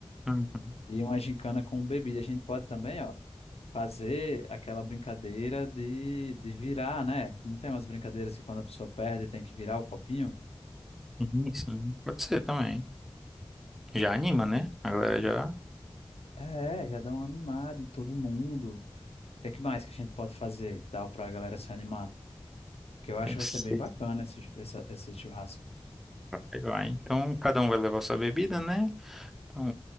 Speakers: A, in the centre; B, on the left.
A: Uhum.
B: E uma gincana com bebida. A gente pode também, ó, fazer aquela brincadeira de, de virar, né? Não tem umas brincadeiras que quando a pessoa perde tem que virar o copinho?
A: Uhum, Sim, pode ser também. Já anima, né? A galera já
B: É, já dá uma animada em todo mundo. O que é que mais que a gente pode fazer e tal para a galera se animar? Porque eu acho
A: pensei.
B: que vai ser bem bacana esse, essa, esse churrasco.
A: Vai, vai. Então cada um vai levar sua bebida, né? Então,